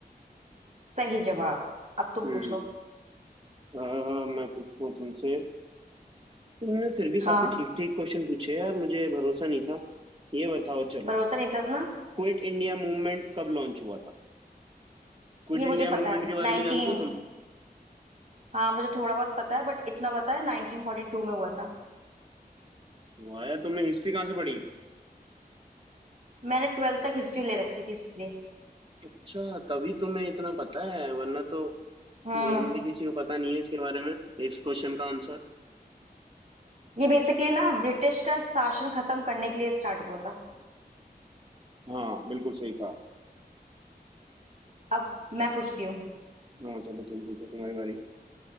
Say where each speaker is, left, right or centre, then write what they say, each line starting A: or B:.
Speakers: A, on the right (about 50°); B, on the right (about 35°).
A: सही जवाब अब तुम
B: हम्म
A: पूछो
B: अ, मैं पूछता हूँ तुमसे तुमने फिर भी
A: हाँ
B: काफी ठीक ठीक क्वेश्चन पूछे यार मुझे भरोसा नहीं था ये बताओ चलो
A: भरोसा नहीं था ना
B: क्विट इंडिया मूवमेंट कब लॉन्च हुआ था क्विट
A: ये मुझे
B: इंडिया
A: पता
B: मूवमेंट
A: है
B: के बारे
A: नाइनटीन
B: में जानती हो तुम
A: हाँ मुझे थोड़ा बहुत पता है बट इतना पता है नाइनटीन फोर्टी टू में हुआ था
B: वाह यार तुमने हिस्ट्री कहाँ से पढ़ी
A: मैंने ट्वेल्थ तक हिस्ट्री ले रखी थी इसलिए
B: अच्छा तभी तुम्हें इतना पता है वरना तो
A: हम्म
B: नॉर्मली किसी को पता नहीं है इसके बारे में इस क्वेश्चन का आंसर
A: ये बेसिकली ना ब्रिटिश का शासन खत्म करने के लिए स्टार्ट हुआ था
B: हाँ बिल्कुल सही कहा
A: अब मैं पूछती हूँ
B: हाँ चलो तुम पूछो तुम्हारी बारी